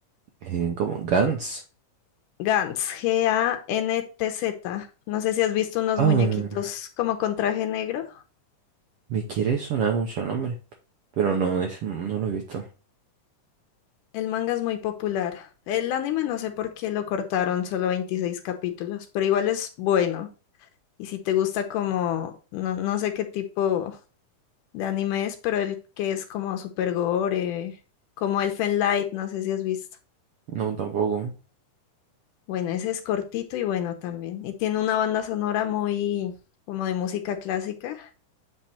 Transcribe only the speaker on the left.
Gantz, G-A-N-T-Z. No sé si has visto unos
muñequitos como con traje negro.
El manga es muy popular. El anime no sé por qué lo cortaron, solo 26 capítulos, pero igual es bueno. Y si te gusta como, no, no sé qué tipo de anime es, pero el que es como super gore, como Elfen Light, no sé si has visto.
Bueno, ese es cortito y bueno también. Y tiene una banda sonora muy como de música clásica.